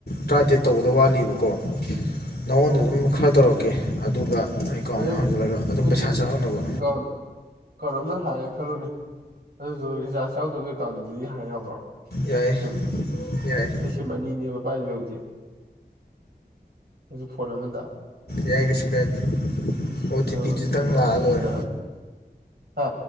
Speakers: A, on the left (about 65°); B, on the right (about 65°).
A: ꯇꯔꯥꯇꯔꯦꯠ ꯇꯧꯕꯗ ꯋꯥꯠꯂꯤꯕꯀꯣ
B: ꯑꯥ
A: ꯅꯉꯣꯟꯗ
B: ꯑꯣ
A: ꯑꯗꯨꯝ ꯈꯔ ꯇꯧꯔꯛꯀꯦ ꯑꯗꯨꯒ ꯑꯦꯀꯥꯎꯟ
B: ꯑꯗꯨ
A: ꯑꯃ ꯍꯥꯡꯖꯤꯜꯂꯒ ꯑꯗꯨꯝ
B: ꯃꯣꯏ
A: ꯄꯩꯁꯥ
B: ꯁꯤꯁꯤ
A: ꯆꯪꯉꯛꯅꯕ
B: ꯑꯦꯀꯥꯎꯟ ꯑꯦꯀꯥꯎꯟ ꯑꯃ ꯍꯥꯡꯉꯦ ꯈꯜꯂꯨꯅꯦ ꯑꯗꯨꯁꯨ ꯔꯤꯆꯥꯔꯖ ꯌꯥꯎꯗꯕꯒꯤ ꯑꯦꯀꯥꯎꯟꯗꯨꯗꯤ ꯍꯥꯡ ꯌꯥꯕ꯭ꯔꯣ
A: ꯌꯥꯏꯌꯦ
B: ꯁꯤꯝ
A: ꯌꯥꯏꯌꯦ
B: ꯑꯩ ꯁꯤꯝ ꯑꯅꯤꯅꯦꯕ ꯄꯥꯏꯁꯦ ꯍꯧꯖꯤꯛ ꯍꯧꯖꯤꯛ ꯐꯣꯟ ꯑꯃꯗ
A: ꯌꯥꯏ ꯀꯩꯁꯨ ꯀꯥꯏꯗꯦ ꯑꯣ
B: ꯑꯗꯣ
A: ꯇꯤ ꯄꯤꯗꯨꯇꯪ
B: ꯁꯤꯝ
A: ꯂꯥꯛꯑ
B: ꯑꯃꯁꯤꯗ
A: ꯂꯣꯏꯔꯦ
B: ꯍꯥ